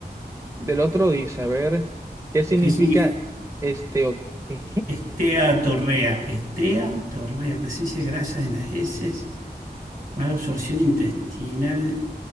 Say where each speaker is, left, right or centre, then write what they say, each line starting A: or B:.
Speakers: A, on the right; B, on the right.
A: Del otro dice, a ver, ¿qué significa
B: ¿Qué significa?
A: este... o- ¿Qué?
B: Estea torrea. Estea torrea. Presencia de grasas en las heces. Mala absorción intestinal.